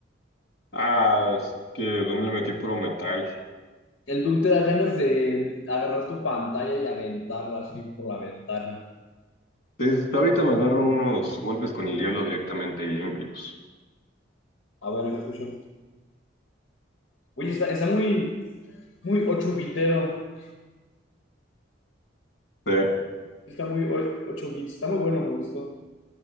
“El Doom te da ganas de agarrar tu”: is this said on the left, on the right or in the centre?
Left